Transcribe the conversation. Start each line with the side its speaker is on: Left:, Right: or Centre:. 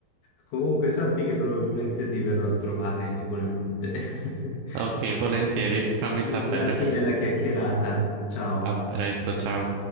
Left: Comunque sappi che probabilmente ti verrò a trovare sicuramente. <laughs>
Right: Ok, volentieri, fammi sapere.
Left: Grazie della chiacchierata. Ciao.
Right: A presto, ciao.